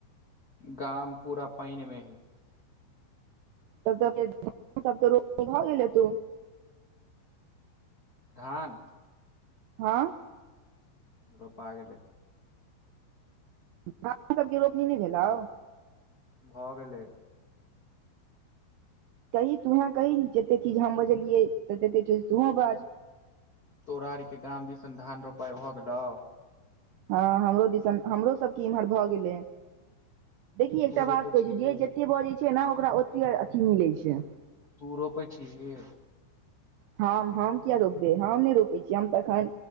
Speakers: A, on the left; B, on the right.
A: गाम पूरा पानिमय है
B: तब तऽ रोपनी भ गेल हतौ
A: धान
B: हँ
A: रोपा गेलै
B: <inaudible> सबके रोपनी नहि भेलऔ
A: भ गेलै
B: कही तुहें कही जते चीज हम बजलियै त तते चीज तुंहो बाज
A: तोरा आर के गाम दिसधान रोपाइ भऽ गेलौ
B: हँ हमरो दिसन हमरो सभके इम्हर भ गेलै देखि एकटा
A: तू रोपै
B: बात कहै
A: छीही
B: छै जे जते बजै छै ने ओकरा ओते अथी मिलै छै
A: तू रोपै छीही
B: हम हम किया रोपबे हम नहि रोपे छीय हम त एखन